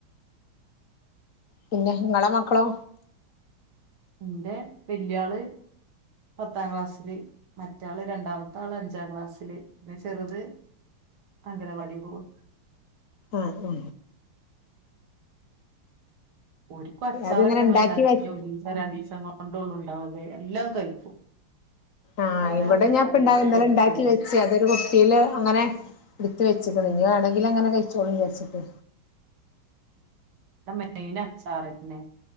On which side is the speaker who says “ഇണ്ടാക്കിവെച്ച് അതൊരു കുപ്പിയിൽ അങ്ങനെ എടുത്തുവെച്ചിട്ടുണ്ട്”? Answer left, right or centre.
Left